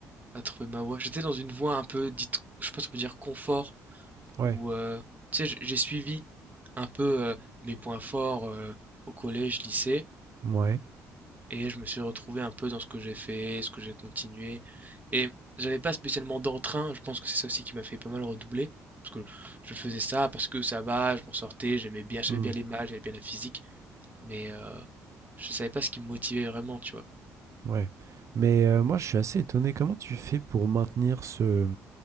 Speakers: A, on the right (about 25°); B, on the right (about 45°).
A: à trouver ma voix. J'étais dans une voie un peu dite, je sais pas si on peut dire confort,
B: Ouais.
A: où euh, tu sais, j'ai j'ai suivi un peu euh, mes points forts euh, au collège, lycée.
B: Ouais.
A: Et je me suis retrouvé un peu dans ce que j'ai fait, ce que j'ai continué. Et j'avais pas spécialement d'entrain, je pense que c'est ça aussi qui m'a fait pas mal redoubler. Parce que je faisais ça parce que ça va, je m'en sortais, j'aimais bien, j'aimais
B: Hmm.
A: bien les maths, j'aimais bien la physique. Mais euh, je savais pas ce qui me motivait vraiment, tu vois.
B: Ouais, mais heu, moi, je suis assez étonné. Comment tu fais pour maintenir ce